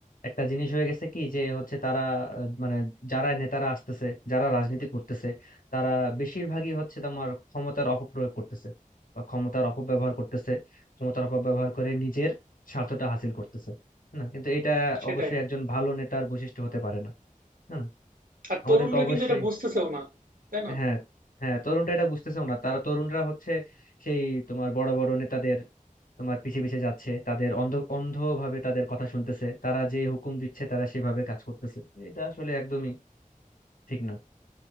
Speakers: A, on the left; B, on the right.
A: একটা জিনিস হয়ে গেছে কি যে হচ্ছে তারা আহ, মানে যারা নেতারা আসতেছে যারা রাজনীতি করতেছে তারা বেশিরভাগই হচ্ছে তোমার ক্ষমতার অপপ্রয়োগ করতেছে বা ক্ষমতার অপব্যবহার করতেছে ক্ষমতার অপব্যবহার করে নিজের স্বার্থটা হাসিল করতেছে না কিন্তু এটা
B: সেটাই
A: অবশ্যই একজন ভালো নেতার বৈশিষ্ট্য হতে পারে না না না?
B: আর
A: আমাদেরকে
B: তরুণরা
A: অবশ্যই
B: কিন্তু এটা বুঝতেছেও না তাই না
A: হ্যাঁ হ্যাঁ তরুণরা এটা বুঝতেছেও না তারা তরুণরা হচ্ছে সেই তোমার বড় বড় নেতাদের তোমার পিছে পিছে যাচ্ছে তাদের অন্ধ অন্ধভাবে তাদের কথা শুনতেছে তারা যে হুকুম দিচ্ছে তারা সেভাবে কাজ করতেছে এটা আসলে একদমই ঠিক না